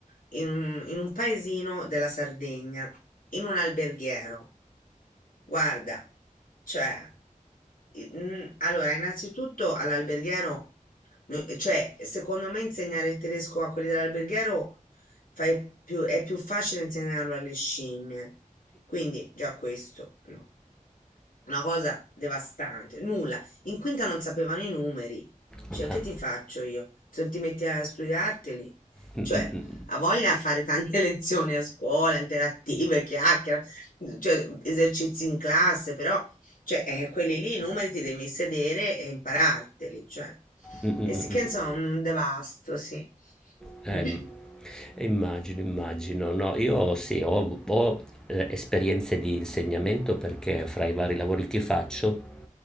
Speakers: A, on the left; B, in the centre.
A: in un, in un paesino della Sardegna, in un alberghiero. Guarda, cioè, i- mm, allora, innanzitutto all'alberghiero, no- cioè, secondo me insegnare il tedesco a quelli dell'alberghiero fai più- è più facile insegnarlo alle scimmie. Quindi, già questo, no. Una cosa devastante, nulla. In quinta non sapevano i numeri. Cioè,
B: Ah,
A: che ti faccio io? Se non ti metti a studiarteli?
B: mm,
A: Cioè,
B: mm, mm,
A: ha voglia a fare tante <laughs> lezioni a scuola, interattive, chiacchiere, cioè, esercizi in classe, però, cioè, eh, quelli lì, i numeri ti devi sedere e impararteli, cioè.
B: mm, mm,
A: E
B: mm.
A: sì che,
B: mm.
A: insomma, un, un devasto, sì.
B: Eh,
A: Mm,
B: im- immagino, immagino. No, io sì, ho, ho, eh, esperienze di insegnamento perché fra i vari lavori che faccio